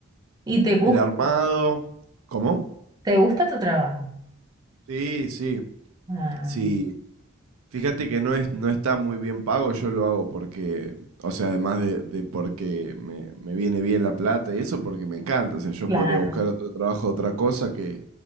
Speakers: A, on the right; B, on the right.
A: Y te gusta,
B: El armado. ¿Cómo?
A: te gusta tu trabajo.
B: Sí, sí,
A: Ah,
B: sí. Fíjate que no es, no está muy bien pago, yo lo hago porque, o sea, además de, de porque me, me viene bien la plata y eso, porque me encanta. O sea, yo
A: claro.
B: podría buscar otro trabajo, otra cosa que,